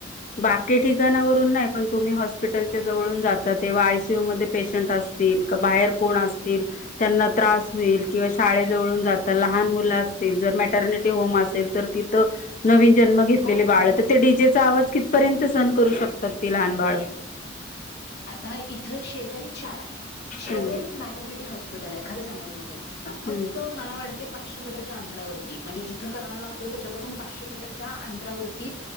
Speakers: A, on the left (about 40°); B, on the left (about 60°).
A: बाकी ठीक. दुकानावरून नाही पण तुम्ही हॉस्पिटलच्या जवळून जाता तेव्हा आय. सी. यू. मध्ये पेशंट असतील का बाहेर. कोन असतील त्यांना त्रास होईल किंवा शाळे जवळून जात लहान मुलं असतील. जर मार्टनिटी होम असेल तर तिथं नवीन - जन्म घेतलेले
B: हो
A: बाळ
B: हो
A: तर ते डी. जे. चा आवाज किती पर्यंत सहन करू शकतात ते लहान बाळ.
B: आता इथं शेजारीच शाळा आहे. शेजारीच
A: हम्म
B: मॅटर्निटी हाऊस- पटायला लागलं आहे खरंच सांगायच म्हणजे फक्त
A: हम्म
B: मला वाटते पाचशे मीटर. अंतरावरती म्हणजे जिथे करणा लागतो. त्याच्यापासून पाचशे मीटरच्या अंतरावरती